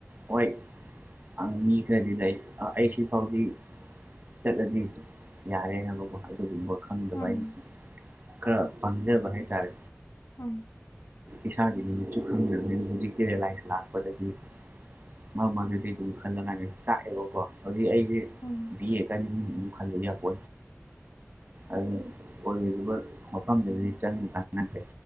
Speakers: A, on the right; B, on the left.
A: ꯍꯣꯏ ꯑ ꯃꯤ ꯀꯗꯤꯗꯏ ꯑꯩꯁꯤ ꯐꯥꯎꯇ ꯆ ꯌꯥꯔꯦꯅꯕꯀꯣ ꯑꯗꯨꯒꯨꯝꯕ ꯈꯪꯗꯕ
B: ꯎꯝ
A: ꯑꯩꯅ ꯈꯔ ꯄꯪꯖꯕ ꯍꯥꯏꯇꯥꯔꯦ
B: ꯎꯝ
A: ꯏꯁꯥꯗꯤ ꯃꯤꯃꯤꯠꯁꯨ ꯈꯪꯗꯕꯅꯤ ꯍꯧꯖꯤꯛꯀꯤ ꯔꯤꯂꯥꯏꯁ ꯂꯥꯛꯄꯗꯒꯤ ꯃꯔꯝ ꯑꯗꯨꯗꯤ ꯑꯗꯨꯝ ꯈꯜꯂ ꯀꯥꯟꯗ ꯆꯥꯛꯑꯦꯕꯀꯣ ꯍꯧꯖꯤꯛ ꯑꯩꯁꯦ
B: ꯎꯝ
A: ꯄꯤꯑꯒꯅꯤ ꯈꯟꯗ ꯌꯥꯝ ꯄꯣ ꯑꯗꯨ ꯑꯣꯏꯒꯔꯤꯕ ꯃꯐꯝꯗꯨꯗꯗꯤ ꯆꯪ ꯈꯪꯉꯠꯇꯦ